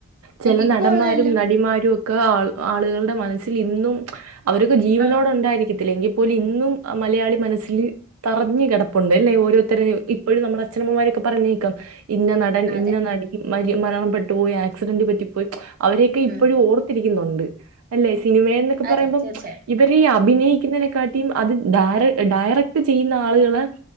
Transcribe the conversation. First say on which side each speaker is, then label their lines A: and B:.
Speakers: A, on the right; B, on the right.
A: ചെല
B: ഇപ്പോ
A: നടന്മാരും
B: ഉള്ള എല്ലാം
A: നടിമാരും ഒ ക്ക് ആ ആളുകളുടെ മനസ്സിൽ ഇന്നും അവരൊക്കെ ജീവനോട്
B: ആഹ്
A: ഉണ്ടായിരിക്കത്തില്ലെ എങ്കി പ്പോലിന്നും മലയാളി മനസ്സില് തറഞ്ഞ് കിടപ്പുണ്ട് അല്ലേ ഓരോരുത്തര് ഇപ്പോഴും നമ്മുടെ അച്ഛനമ്മമാരൊക്കെ പറഞ്ഞു കേക്കാം ഇന്ന നട
B: അതെ
A: ഇന്ന നടി മരി മരണപ്പെട്ടു പോയി ആക്സിഡന്റ് പറ്റിപ്പോയി അവരെയൊക്കെ ഇപ്പോഴും
B: ഉം
A: ഓർ ത്തിരിക്കുന്നുണ്ട് അല്ലെ സിനിമ എന്നൊക്കെ പറയുമ്പം
B: അതെ തീർച്ചയായിട്ടും
A: ഇവര് ഈ അഭിനയിക്കുന്നതിനെക്കാട്ടിം അത് ഡയറ ഡയറക്ട് ചെയ്യുന്ന ആളുകളെ